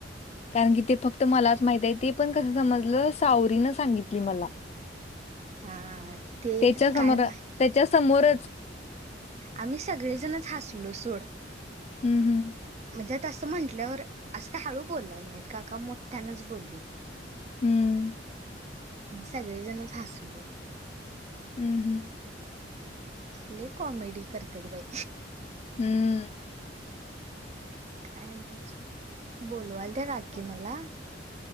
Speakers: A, on the left; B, on the right.
A: कारण कि ते फक्त मलाच माहित आहे ते पण कसं समजलं सावरीनं सांगितली मला
B: हा ते
A: त्याच्या समोर
B: काय मा
A: त्याच्या समोरच
B: आम्ही सगळे जणच हसलो सोड
A: हूं हूं!
B: म्हणजे तसं म्हटल्यावर, असं का हळू बोलले नाहीत काका मोठ्यानच बोललेत.
A: हम्म
B: सगळेजणच हसलो.
A: हम्म हम्म
B: लय कॉमेडी करतात बाई.
A: हम्म.
B: काय नाही अजून, बोलवाल त्या काकी
A: हम्म
B: मला.